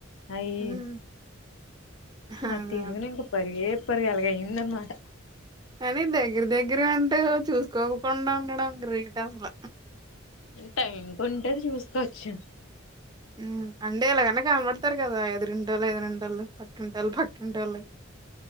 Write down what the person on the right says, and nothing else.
ఉమ్ అదా
కానీ దగ్గర దగ్గర ఉంటే చూసుకోకుండా ఉండడం గ్రేట్ అసల
మ్మ్ అంటే ఎలాగన్నా కనపడతారు కదా ఎదురింటోళ్ళు ఎదురింటోళ్ళు పక్కింటోళ్ళు పక్కింటోళ్ళు